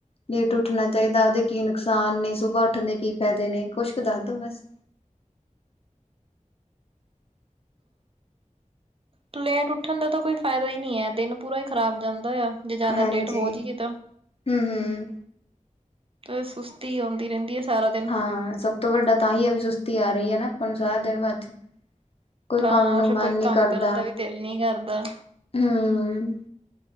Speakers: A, on the left (about 45°); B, on the right (about 45°).
A: ਲੇਟ ਉੱਠਣਾ ਚਾਹੀਦਾ ਉਹਦੇ ਕੀ ਨੁਕਸਾਨ ਨੇ ਸੁਬਾ ਉੱਠਣ ਦੇ ਕੀ ਫਾਇਦੇ ਨੇ ਕੁਛ ਕੁ ਦੱਸ ਦੋ ਬਸ <inaudible>
B: ਪਰ ਲੇਟ ਉੱਠਣ ਦਾ ਤਾਂ ਕੋਈ ਫਾਇਦਾ ਹੀ ਨਹੀਂ ਹੈ ਦਿਨ ਪੂਰਾ ਹੀ ਖ਼ਰਾਬ ਜਾਂਦਾ ਆ ਜੇ ਜ਼ਿਆਦਾ
A: ਹਾਂਜੀ
B: ਲੇਟ ਹੋ ਜਾਈਏ ਤਾਂ
A: ਹਮ ਹਮ
B: ਅ ਸੁਸਤੀ ਆਉਂਦੀ ਰਹਿੰਦੀ ਹੈ ਸਾਰਾ ਦਿਨ
A: ਹਾਂ ਸਭ ਤੋਂ ਵੱਡਾ ਤਾਂਹੀ ਹੈ ਵੀ ਸੁਸਤੀ ਆ ਰਹੀ ਹੈ ਨਾ ਆਪਾਂ ਨੂੰ ਸਾਰਾ ਦਿਨ ਬਾਅਦ ਚ ਕੋਈ
B: ਹਾਂ
A: ਕੰਮ ਨੂੰ
B: ਫੇਰ
A: ਮਨ
B: ਕੋਈ
A: ਨੀ
B: ਕੰਮ
A: ਕਰਦਾ
B: ਕਰਨ ਦਾ ਵੀ ਦਿਲ ਨੀ ਕਰਦਾ
A: ਹਮ